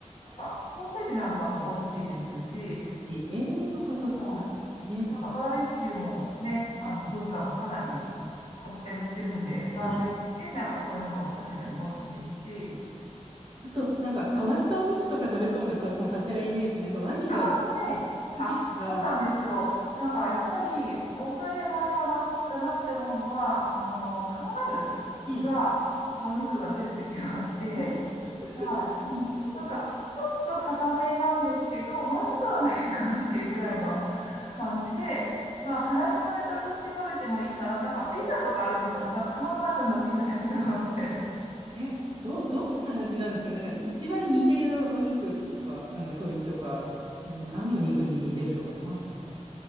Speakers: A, on the left (about 60°); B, on the right (about 40°).
A: なんか、ソーセージなんかも美味しいですし、
B: うんえー、そっかそっか。
A: はい
B: いいですね、使って。
A: なんかバーベキューもね、あの文化もかなり発展してるんで、バーベキューでなんかそういうのを食べても美味しいですし、
B: なるほどあと、なんか変わったお肉とか食べそうなか、こう勝手なイメージ。なんかワニが、
A: ああ、はい。
B: 筋が、
A: あ、そうなんですよ。なんかやっぱりオーストラリアならではなだなって思うのは、あの、カンガルーが、
B: うん。
A: のお肉が出るときがあって、
B: えー
A: はい。
B: なんかそっか。
A: なんか、ちょっと固めなんですけど、まずくはないかなっていうぐらいの感じで、まあ、話のネタとして食べてもいいかな。なんか、ピザとかあるんですよ。なんか、カンガルーのピザみたいなのがあって。
B: え、ど、どんな味なんですかなんか一番似てるお肉とか、
A: <laughs>
B: なんか鶏とか、何の肉に似てるとかありますか